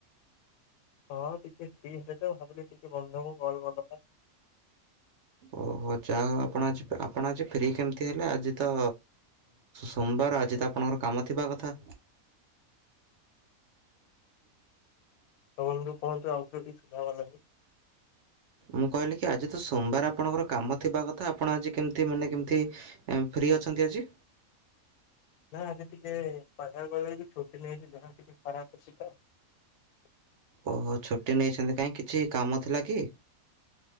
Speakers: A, on the left (about 85°); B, on the right (about 55°).
A: ହଁ ଟିକେ ଫ୍ରି ହେଲେ ତ, ଭାବିଲି ଟିକେ ବନ୍ଧୁଙ୍କୁ କଲ୍ କଦ୍ ବା।
B: ଓହୋ ଯା ହଉ ଆପଣ ଆଜି ଆପଣ ଆଜି ଫ୍ରି କେମିତି ହେଲେ, ଆଜି ତ ସୋମବାର, ଆଜି ତ ଆପଣଙ୍କର କାମ ଥିବା କଥା।
A: ହଁ ବନ୍ଧୁ ପହଞ୍ଚ ଆଉଥରେ ଟିକେ ସୁଧାବା ଲାଗି।
B: ମୁଁ କହିଲି କି ଆଜି ତ ସୋମ୍ବା ର୍ ଆପଣଙ୍କର କାମ ଥିବା କଥା ଆପଣ ଆଜି କେମିତି ମାନେ କେମିତି ଫ୍ରି ଅଛନ୍ତି ଆଜି?
A: ନା ଆଜି ଟିକେ ପାକଗଳେଇ <unintelligible> ଛୁଟି ନେଇଛି ଦେହ ଟିକେ ଖରାପ ଅଛି ତ।
B: ଓହୋ ଛୁଟି ନେଇଛନ୍ତି କାଇଁ କିଛି କାମ ଥିଲା କି?